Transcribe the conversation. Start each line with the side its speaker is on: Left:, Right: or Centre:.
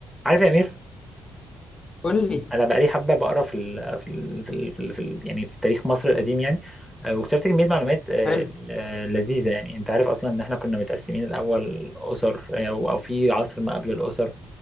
Centre: عارف يا امير
Left: قول لي
Centre: انا بقالي حبه بقرا في ال في ال في ال في, ال في ال يعني في تاريخ مصر القديم يعني آه، واكتشفت كميه معلومات آه،
Left: حلو
Centre: آه، لذيذه يعني انت عارف اصلا ان احنا كنا متقسمين الاول اسر آه، او أو في عصر ما قبل الاسر